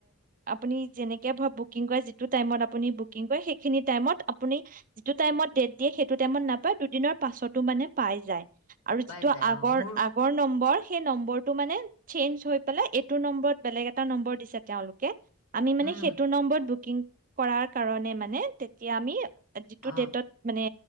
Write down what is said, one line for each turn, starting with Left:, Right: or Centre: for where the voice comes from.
Right: আপুনি যেনেকে বুকিং কৰে যিটো টাইমত আপুনি বুকিং কৰে সেইখিনি টাইমত আপুনি যিটো টাইমত দিয়ে সেইটো টাইমত নাপায়, দুদিনৰ পাছো মানে পাই যায়। আৰু
Left: পাই
Right: যিটো
Left: যায়
Right: আগৰ
Left: অঁ মোৰ
Right: আগৰ নম্বৰ সেই নম্বৰটো মানে চেঞ্জ হৈ পেলাই এইটো নম্বৰত বেলেগ এটা নম্বৰ দিছে। তেওঁলোকে আমি মানে
Left: উম,
Right: সেইটো নম্বৰত বু কিং কৰাৰ কাৰণে মানে তে তিয়া আমি যিটো
Left: অঁ
Right: ডেটত মানে